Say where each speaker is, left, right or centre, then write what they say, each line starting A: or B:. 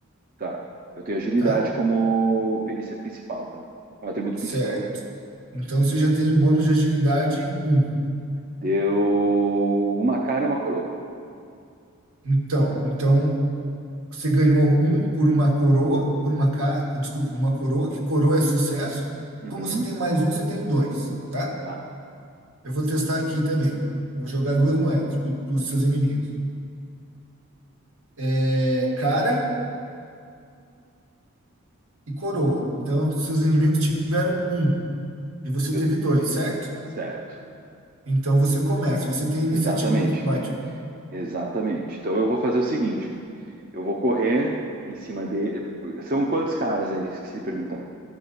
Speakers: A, on the right (about 40°); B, on the right (about 70°).
A: tá. Eu tenho agilidade
B: tá?
A: como perícia principal, tá? Um atributo
B: Certo.
A: principal.
B: Então você já tem bônus de agilidade um
A: Deu uma cara e uma coroa.
B: Então, então você ganhou um por uma coroa, por uma ca... por- desculpa, por uma coroa, que coroa é sucesso. E
A: Uhum.
B: como você tem mais um, você tem dois, tá?
A: Tá.
B: Eu vou testar aqui também. Vou jogar duas moedas para os seus inimigos. É, cara e coroa. Então, seus inimigos tiveram um e você
A: Eu...
B: teve dois, certo?
A: Certo.
B: Então você começa, você tem
A: Exatamente.
B: iniciativa no combate.
A: Exatamente. Então eu vou fazer o seguinte. Eu vou correr em cima dele. São quantos caras aí? Esqueci de perguntar.